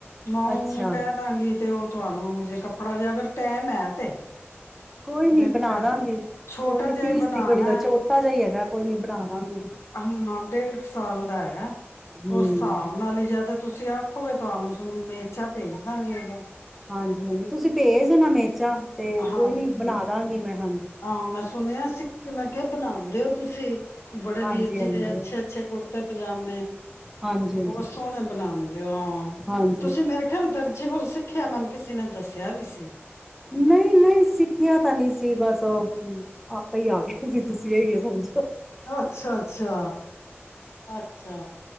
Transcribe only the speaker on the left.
ਮੈਂ
ਉਹਨੂੰ ਕਹਿ ਦਾਂਗੀ ਤੇ ਉਹ ਤੁਹਾਨੂੰ ਜੇ ਕੱਪੜਾ ਜੇ ਅਗਰ ਟੈਮ ਹੈ ਤੇ
ਜੇ
ਟੈ-
ਛੋਟਾ
ਜਿਹਾ
ਹੀ ਬਣਾਉਣਾ
ਹ ਢੇਢ ਸਾਲ ਦਾ ਹੈਗਾ
ਉਸ ਹਿਸਾਬ ਨਾਲ ਹੀ ਜ ਤੇ ਤੁਸੀਂ ਆਖੋਗੇ ਤੁਹਾਨੂੰ ਮੇਚਾ ਭੇਜ ਦਾਂਗੇ ਉਦੋਂ
ਹਾਂਜੀ
ਹਾਂ ਮੈਂ ਸ ਸੁਣਿਆ ਸੀ ਮੈਂ ਕਿਹਾ ਬਣਾਉਣਦੇ ਹੋ ਤੁਸੀਂ ਬੜੇ
ਵੀਰ ਜੀ
ਦੇ ਅੱਛੇ ਅੱਛੇ ਕੁੜਤੇ ਪਜਾਮੇ
ਬਹੁਤ
ਸੋਹਣੇ ਬਣਾਉਣ ਹਾਂ
ਤੁਸੀਂ ਮੇਰੇ ਖਿਆਲ ਦਰਜੀ ਕੋਲ ਸਿੱਖ ਆਖਿਆ ਮਨ ਕਿਸੇ ਨੇ ਦੱਸਿਆ ਵੀ ਸੀ
ਅੱਛਾ ਅੱਛਾ ਅੱਛਾ